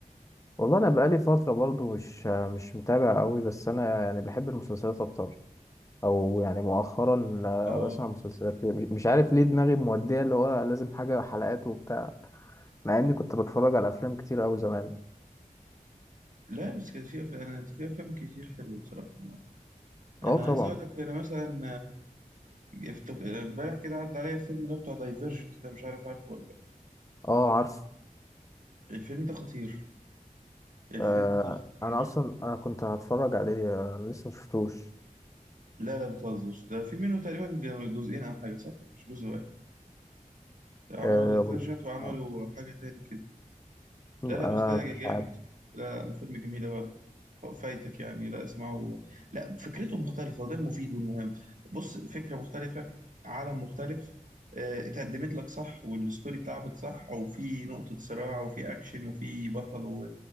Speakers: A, on the left; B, on the right.
A: والله انا بقالي فتره برضو مش مش متابع قوي بس انا يعني بحب المسلسلات اكتر او يعني مؤخرا آه،
B: اه
A: بسمع مسلسلات ليه مش مش عارف ليه دماغي موديه اللي هو لازم حاجه حلقات وبتاع مع اني كنت بتفرج على افلام كتير قوي زمان
B: لا بس كان في افلام انا في افلام كتير حلوه بصراحه
A: اه
B: انا
A: طبعا
B: عايز اقول لك انا مثلا افتك- امبارح كده عدى عليا الفيلم ده بتاع دايفرجنت ده مش عارف عارفه ولا لا
A: اه عارف
B: الفيلم ده خطير الفيلم
A: آه
B: ده خطير
A: انا اصلا انا كنت هتفرج عليه آه، انا لسه مشفتوش
B: لا لا بتهزر ده في منه تقريبا ج- جزئين او حاجه صح مش جزء واحد عملوا
A: آه
B: دايفرجنت
A: وال-
B: وعملوا
A: آه
B: حاجه تاني كده
A: آه،
B: لا لا بس ده جامد
A: مش عارف
B: لا لا فيلم جميل أوي على فكرة فايتك يعني لا اسمعه لا فكرته مختلفة وده المفيد والمهم بص فكرة مختلفة عالم مختلف آه، اتقدمت لك صح والستوري اتلعبت صح وفي نقطة صراع وفي أكشن وفي بطل و...